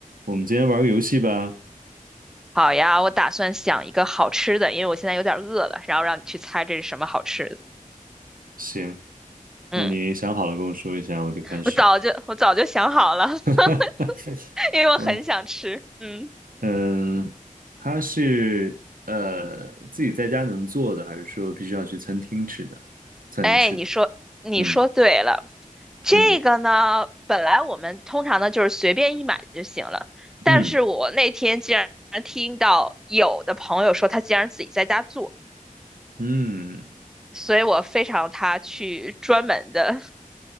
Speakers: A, on the right; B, in the centre.
A: 我们今天玩个游戏吧。
B: 好呀，我打算想一个好吃的，因为我现在有点饿了，然后让你去猜这是什么好吃的。
A: 行，
B: 嗯，
A: 那你想好了跟我说一下，我就开始。
B: 我早就我早就想好了，
A: <laughs>
B: <laughs> 因为我很想吃。
A: OK，
B: 嗯，
A: 嗯，它是呃自己在家能做的，还是说必须要去餐厅吃的才能吃的？
B: 哎，你说你说对了，
A: 嗯
B: 这个呢，
A: 嗯
B: 本来我们通常呢就是随便一买就行了，但是我那天竟然听到有的朋友说他竟然自己在家做，
A: 嗯嗯
B: 所以我非常他去专门的